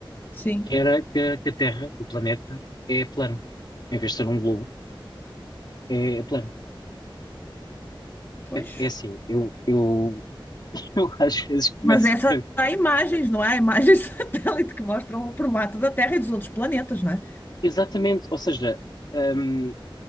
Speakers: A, on the left; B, on the left.
A: Sim,
B: que era que, a que a Terra, o planeta, é plano. Em vez de ser um globo, é é plano.
A: pois.
B: É, é assim, eu, eu <laughs> Eu às vezes começo
A: Mas essa
B: a pensar.
A: há imagens, não é? Há imagens <laughs> satélite que mostram o formato da Terra e dos outros planetas, não é?
B: Exatamente, ou seja, hum,